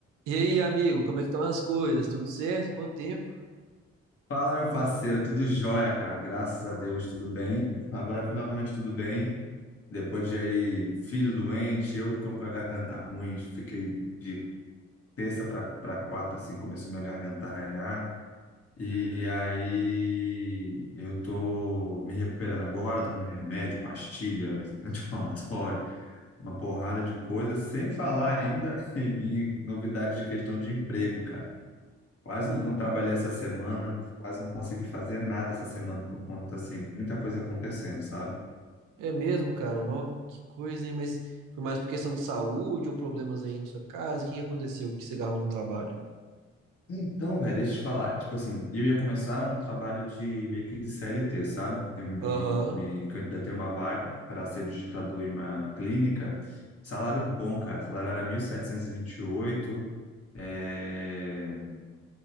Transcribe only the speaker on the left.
Fala, meu parceiro, tudo jóia, cara. Graças a Deus, tudo bem. Agora finalmente tudo bem. Depois de aí, filho doente, eu que tô com a garganta ruim, fiquei de terça para quarta, assim, começou minha garganta a arranhar. E aí eu tô me recuperando agora, tomando remédio, pastilha, <laughs> anti-inflamatório, uma porrada de coisa, sem falar ainda <laughs> em novidades de questão de emprego, cara. Quase
não trabalhei essa semana, quase não consegui fazer nada essa semana por conta, assim, muita coisa acontecendo, sabe?
Então, velho, deixa eu te falar. Tipo assim, eu ia começar um trabalho de meio que de CLT, sabe? Eu me,
me candidatei a uma vaga para ser digitador em uma clínica. Salário bom, cara. Salário era 1.728. É...